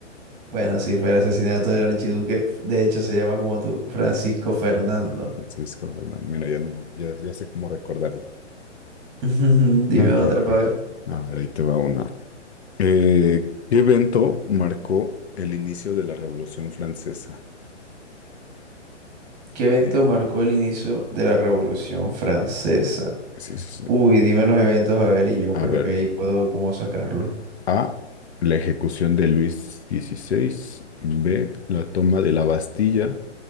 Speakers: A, on the right; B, on the left.
A: Bueno, si fue el asesinato del Archiduque. De hecho, se llama como tú, Francisco Fernando.
B: Entonces, como, no, mira, ya no, ya, ya sé cómo recordarlo.
A: <laughs> Dime
B: Ok,
A: otra
B: ok.
A: para ver.
B: A ver, ahí te va una. Eh, ¿qué evento marcó el inicio de la Revolución Francesa?
A: ¿Qué evento
B: Eh,
A: marcó el inicio de la Revolución Francesa?
B: pues sí, sí, sí.
A: Uy, dime los eventos a ver y yo
B: A
A: creo
B: ver,
A: que ahí puedo como sacarlo.
B: A, la ejecución de Luis XVI, B, la toma de la Bastilla,